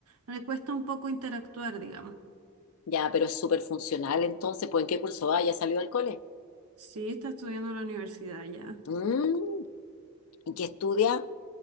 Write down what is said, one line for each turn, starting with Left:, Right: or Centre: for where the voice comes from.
Right: le cuesta un poco interactuar, digamos.
Left: Ya, pero es súper funcional entonces, pues ¿en qué curso va? ¿Ya salió del cole?
Right: Sí, está estudiando en la universidad ya,
Left: Mm, ¿y qué estudia?